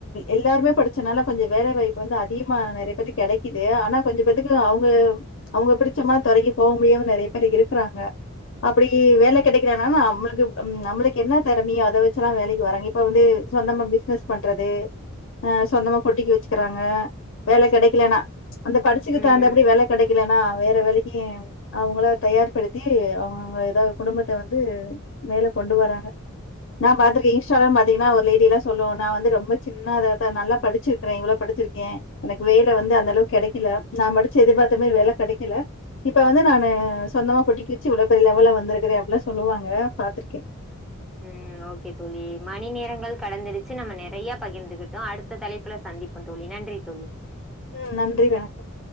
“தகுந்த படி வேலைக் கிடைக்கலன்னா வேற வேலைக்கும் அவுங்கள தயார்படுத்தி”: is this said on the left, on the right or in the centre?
Left